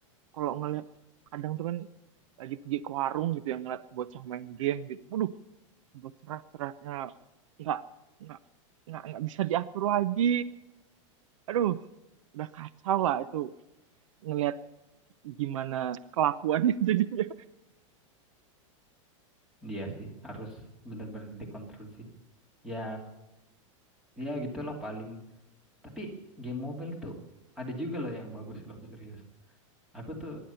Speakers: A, on the right; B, in the centre.
A: kalau ngeliat kadang tuh kan lagi pergi ke warung gitu yang ngeliat bocah main game gitu waduh bercerak-ceraknya nggak nggak nggak nggak bisa diatur lagi aduh udah kacau lah itu ngeliat gimana kelakuannya <laughs> jadinya
B: Iya sih harus benar-benar dikontrol sih ya ya gitulah paling tapi game mobile tuh ada juga loh yang bagus loh serius aku tuh